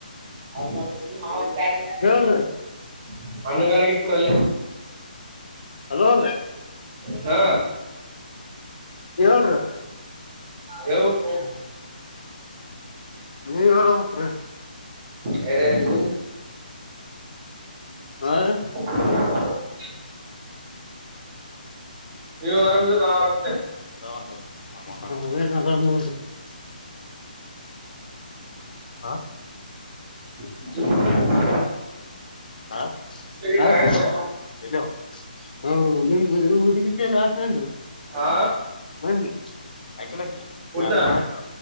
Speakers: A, on the right; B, on the left.
A: ಅವ ಮಾ ಒನ್ ಚಾರ್
B: ಹೇಳ್ರಿ
A: <unintelligible> ಅಣ್ಣಂಗಾಡಗ ಇಟ್ಕಡ ಅಲ್ಲಿ
B: ೋದ್ರೆ <unintelligible>
A: ಹಾ
B: ಹೇಳ್ರಿ
A: ಹಳ್ಬೇಕು ಹ
B: ನೀವ್ ಹೇಳ ಹಕ್ರ
A: ಹ ನೀ
B: ಅವರಿ
A: ಹ <unintelligible> ನೀವು ಆರಾಮಿದ್ರ ನಾ ಆರಾಮ್
B: ಆರಾಮ ಹಾ
A: <inaudible>
B: ಹಾ
A: ಗಿಟ
B: ಹ
A: ಆಗಿದ್ರಿ
B: ಹೇಳೋ ಹೌ ನಿಮ ಇಗೀತ ಎಲ್ಲ ಆಸೆ
A: ಹಾ
B: ಬ ಆಯಕಲ್ಲಥ
A: ಊಟ